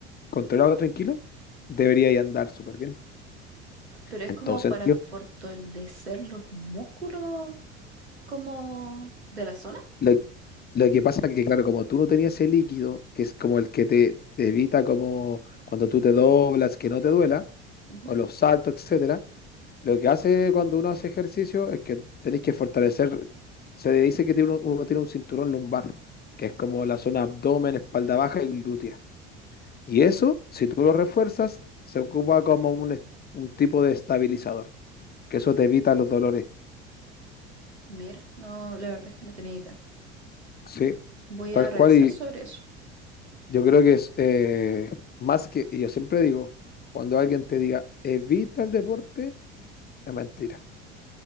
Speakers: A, on the left; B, on the right.
A: controlado, tranquilo, deberíais andar súper bien.
B: Pero es
A: En
B: como
A: todo sentido.
B: para fortalecer los músculos como de la zona.
A: Lo, lo que pasa es que, claro, como tú no tenías ese líquido, que es como el que te, te evita como cuando tú te doblas, que no te duela,
B: Ujú.
A: o los saltos, etcétera, lo que hace cuando uno hace ejercicio es que tenéis que fortalecer, se dice que tiene uno, uno tiene un cinturón lumbar, que es como la zona abdomen, espalda baja y glútea. Y eso, si tú lo refuerzas, se ocupa como un, est- un tipo de estabilizador, que eso te evita los dolores,
B: Mira, no, la verdad es que no tenía idea.
A: ¿sí?
B: Voy
A: Tal
B: a revisar
A: cual, y
B: sobre eso.
A: yo creo que es eh, más que, y yo siempre digo, cuando alguien te diga, evita el deporte, es mentira.